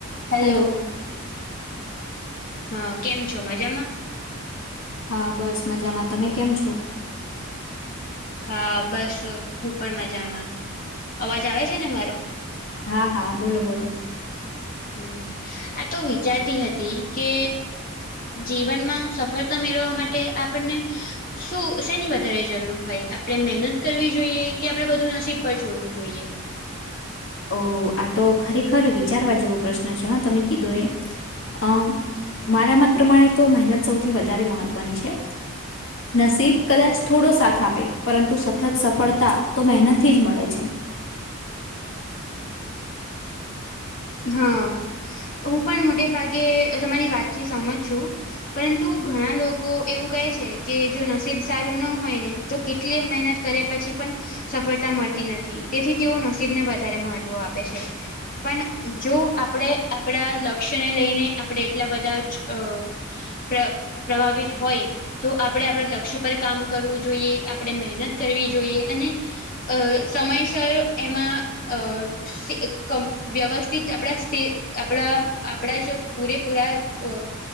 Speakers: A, on the left; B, on the left.
A: હલો
B: Hello
A: હા કેમ છો મજામાં
B: હા બસ મજામાં તમે કેમ છો
A: હા બસ હું પણ મજામાં અવાજ આવે છે ને મારો
B: હા હા બોલો બોલો
A: હમ આ તો વિચારતી હતી કે જીવનમાં સફળતા મેળવવા માટે આ આપણને શું શેની વધારે જરૂર હોય આપણે મહેનત કરવી જોઈએ કે આપણેે બધું નસીબ પર છોડવું જોઈએ
B: ઓ આ તો ખરેખર વિચારવા જેવો પ્રશ્ન છે હા તમે કીધો એ અ મારા મત પ્રમાણે તો મહેનત સૌથી વધારે મહત્વની છે નસીબ કદાચ થોડો સાથ આપે પરંતુ સતત સફળતા તો મહેનતથી જ મળે છે
A: હા હું પણ મોટે ભાગે તમારી વાતથી સમજ છું પરંતુ ઘણા લોકો એવું કહે છે કે જો નસીબ સારું ન હોય ને તો કેટલી મહેનત કર્યા પછી પણ સફળતા મળતી નથી તેથી તેઓ નસીબને વધારે મહત્વ આપે છે પણ જો આપણે આપણા લક્ષ્યને લઈને આપણે એટલા બધા જ અ પ્રભાવિત હોય તો આપણે આપણા લક્ષ્ય પર કામ કરવું જોઈએ આપણે મહેનત કરવી જોઈએ અને અ સમયસર એમાં અ સી ક વ્યવસ્ સ્થિત આપણા આપણા આપણા જ પૂરેપૂરા અ